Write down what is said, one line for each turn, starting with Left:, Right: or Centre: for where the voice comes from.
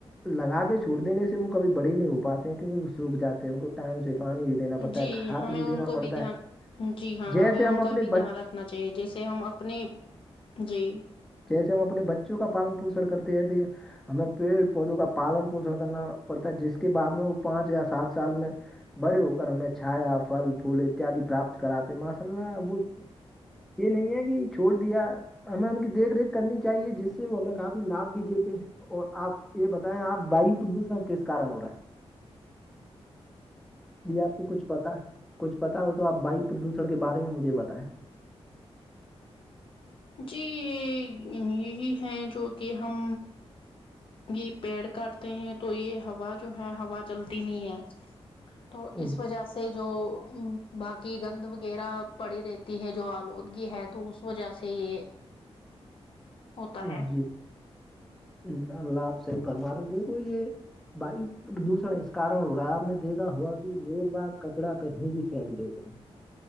Centre: لگا کے چھوڑ دینے سے وہ کبھی بڑے نہیں ہو پاتے ہیں کیونہ وہ سوکھ جاتے ہیں ان کو ٹائم سے پانی دینا پڑتا
Left: جی
Centre: ہے کھاد
Left: ہمیں ان
Centre: دینا
Left: کو
Centre: پڑتا
Left: بھی دھیان
Centre: ہے
Left: جی ہاں
Centre: جیسے
Left: ہمیں ان
Centre: ہم اپنے
Left: کا بھی
Centre: بچ
Left: دھیان رکھنا چاہیے جیسے ہم اپنے جی
Centre: جیسے ہم اپنے بچوں کا پالن پوشن کرتے ہیں ایسے ہمیں پیڑ پودوں کا پالن پوشن کرنا پڑتا ہے جس کے بعد میں وہ پانچ یا سات سال میں بڑے ہو کر ہمیں چھایا فل فھول اتیاد پراپت کراتے ماشاء اللہ وہ یہ نہیں ہے کہ چھوڑ دیا ہمیں ان کی دیکھ ریکھ کرنی چاہیے جس وہ ہمیں کافی لابھ بھی دیتے اور آپ یہ بتائیں آپ وایو پردوشن کس کارن ہو رہا ہے جی آپ کو کچھ پتا کچھ پتا ہو تو آپ باائیو پردشڑ کے بارے میں مجھے بتائیں
Left: جی یہ یہی ہے جو کہ ہم یہ پیڑ کاٹتے ہیں تو یہ ہا جو ہے ہوا چلتی نہیں ہے تو اس
Centre: جی
Left: وجہ سے سے جو باقی گند وغیرہ پڑی رہتی ہے جو آلودگی ہے تو اس وجہ سے یہ ہوتا
Centre: ہ
Left: ہے
Centre: جی انشاء اللہ آپ صحیح فرما رہےیے کوئی یہ وایو پردوشن اس کارن ہو رہا ہے آپ نے دیکھا ہوا کہ لوگ آپ کچڑا کہیں بھی پھینک دیتے ہیں <unintelligible>